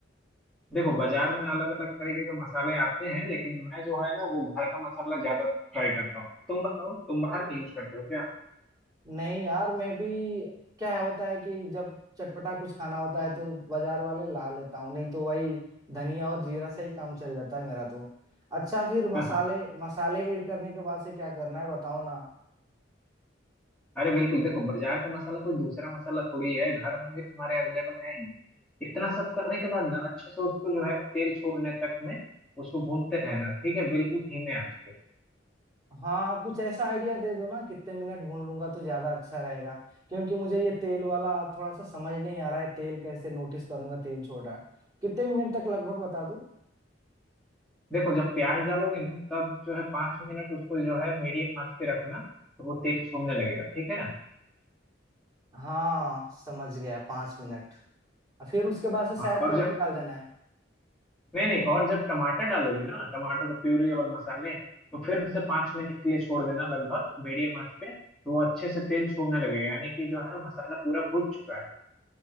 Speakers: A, in the centre; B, on the right.
A: देखो बाजार में अलग अलग तरीके के मसाले आते हैं लेकिन मैं जो है ना वो घर का मसाला ज्यादा ट्राई करता हूँ तुम बताओ तुम बाहर का यूज करते हो क्या
B: नहीं यार मैं भी क्या होता है कि जब चटपटा कुछ खाना होता है तो बाजार वाले ला लेता हूँ नहीं तो वही धनिया और जीरा से ही काम चल जाता है मेरा तो अच्छा फिर
A: <laughs>
B: मसाले मसाले ऐड करने के बाद से क्या करना है बताओ ना
A: अरे बिल्कुल देखो बाजार का मसाला कोई दूसरा मसाला थोड़ी है घर में भी तुम्हारे अवेलेबल है ही इतना सब करने के बाद ना अच्छे से उसको जो है तेल छोड़ने तक में उसको भूनते रहना ठीक है बिल्कुल धीमे आंच पे
B: हाँ कुछ ऐसा आइडिया दे दो ना कितने मिनट भून लूंगा तो ज्यादा अच्छा रहेगा क्योंकि मुझे ये तेल वाला थोड़ा सा समझ नहीं आ रहा है तेल कैसे नोटिस करूंगा तेल छोड़ रहा है कितने मिनट तक लगभग बता दो
A: देखो जब प्याज डालोगे ना तब जो है पाँच मिनट उसको जो है मीडियम आंच पे रखना तो वो तेल छोड़ने लगेगा ठीक है
B: हाँ समझ गया पाँच मिनट और फिर उसके बाद से
A: हाँ
B: शायद
A: और
B: पनीर
A: जब
B: डाल देना है
A: नहीं नहीं और जब टमाटर डालोगे ना टमाटर का प्यूरी और मसाले तो फिर उसे पाँच मिनट के लिए छोड़ देना लगभग मीडियम आंच पे तो वो अच्छे से तेल छोड़ने लगेगा यानी कि जो है मसाला पूरा भून चुका है